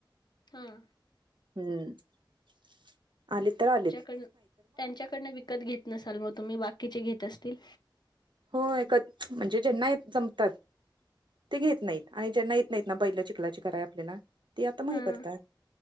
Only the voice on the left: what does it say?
हां.
पण त्यांच्याकडन विकत घेत नसाल मग तुम्ही, बाकीचे घेत असतील.
हां,